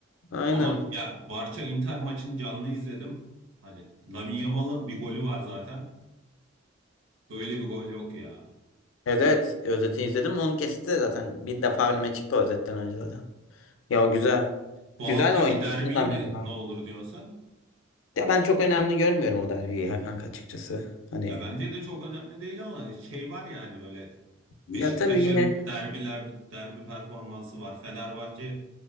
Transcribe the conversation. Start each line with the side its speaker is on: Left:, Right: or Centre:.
Left: Aynen.
Right: Ama ya Barça Inter maçını canlı izledim. Hani Lamine Yamal'ın bir golü var zaten. Böyle bir gol yok ya.
Left: Evet evet. Özeti izledim. Onu kesti de zaten. Bir defa önüme çıktı o özetten önce zaten. Ya güzel.
Right: Bu
Left: Güzel
Right: haftaki
Left: oynuyor.
Right: derbiyi
Left: Adam
Right: ne,
Left: ya.
Right: ne olur diyorsun sen?
Left: Ya ben çok önemli görmüyorum o derbiyi ya kanka açıkçası. Hani
Right: Ya bence de çok önemli değil ama şey var ya hani böyle
Left: ya
Right: Beşiktaş'ın
Left: tabii yine
Right: derbiler derbi performansı var. Fenerbahçe